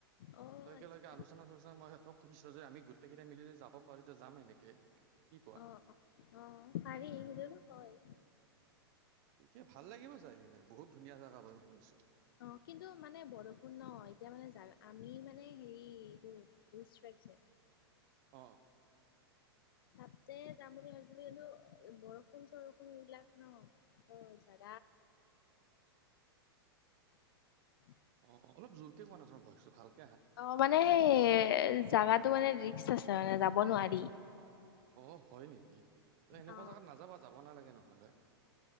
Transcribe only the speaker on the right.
ত একেলগে
আলোচনা-চলোচনা <unintelligible> মই ত' খুজিছে যে আমি গোটেইকেইটা মিলি যাব পাৰি তো যাম এনেকে <unintelligible> কোৱা
ঠিকে ভাল লাগিব চাগে বহুত <unintelligible> বহুত ধুনীয়া জাগা হয় শুনিছো।
অ।
অ! অ! অলপ জোৰকে কোৱা না তোমাৰ ভইচটো ভাল <unintelligible>
অ হয় নেকি। তই এনেকুৱা
জেগাত নাযাবা যাব নালাগে নহ'লে